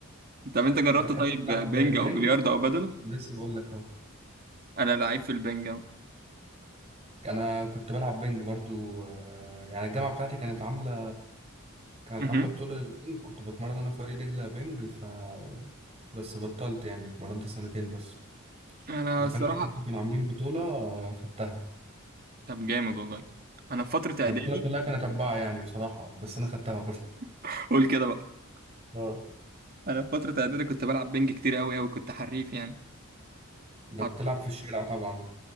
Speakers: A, on the right (about 45°); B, on the right (about 30°).
A: طب انت جربت
B: بتحب
A: طيب
B: تلعب
A: بينج
B: بينج
A: او بلياردو او بدل
B: لسه بقول لك اهو
A: انا لعيب في البنج أوي.
B: انا كنت بلعب بينج برضو آه، يعني الجامعه بتاعتي كانت عامله كانت
A: مهم.
B: عامله بطوله للبينج كنت بتمرن انا في فريق دجله بينج ف بس بطلت يعني اتمرنت سنتين بس
A: انا
B: دخلت
A: الصراحه
B: كده كانوا عاملين بطوله آه، خدتها
A: طب جامد والله انا في فتره اعدادي
B: البطوله كلها كانت اربعه يعني بصراحه بس انا خدتها برضو
A: <laughs> قول كده بقى
B: اه
A: انا في فتره اعدادي كنت بلعب بنج كتير قوي قوي كنت حريف يعني
B: ده
A: حر-
B: بتلعب في الشارع طبعا